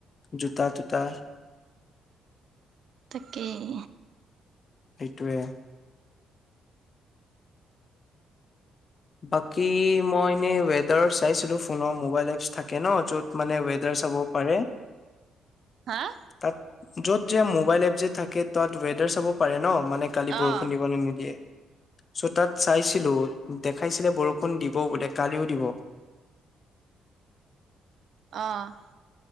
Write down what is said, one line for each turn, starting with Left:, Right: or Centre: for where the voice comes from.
Left: জোতা তোতা
Right: তাকেই।
Left: সেইটোৱে বাকী মই এনেই ৱেডাৰ চাইছিলো ফোনৰ মোবাইল এপছ থাকে ন য'ত মানে ৱেডাৰ চাব পাৰে
Right: হাঁ?
Left: তাত য'ত যে মোবাইল এপ যে থাকে তাত ৱেডাৰ চাব পাৰে ন মানে কালি বৰষুণ
Right: অ'।
Left: দিব নে নিদিয়ে চ' তাত চাইছিলো দেখাইছিলে বৰষুণ দিব বোলে কালিও দিব।
Right: অহ।